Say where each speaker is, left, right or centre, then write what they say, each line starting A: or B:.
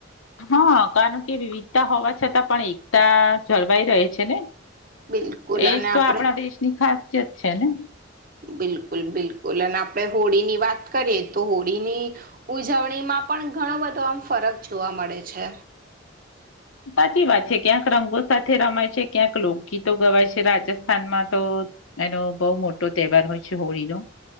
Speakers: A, on the left; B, on the right.
A: હા, કારણ કે વિવિધતા હોવા છતાં પણ એકતા જળવાઈ રહે છેને.
B: બિલકુલ
A: એજ
B: અને
A: તો
B: આપણે
A: આપણા દેશની ખાસ <unintelligible> છેને.
B: બિલકુલ બિલકુલ અને આપણે હોળીની વાત કરીએ તો હોળીની ઉજવણીમાં પણ ઘણો બધો આમ ફરક જોવા મળે છે.
A: સાચી વાત છે, ક્યાંક રંગો સાથે રમાય છે, ક્યાંક લોકગીતો ગવાય છે રાજસ્થાનમાં તો એનો બહુ મોટો તહેવાર હોય છે હોળીનો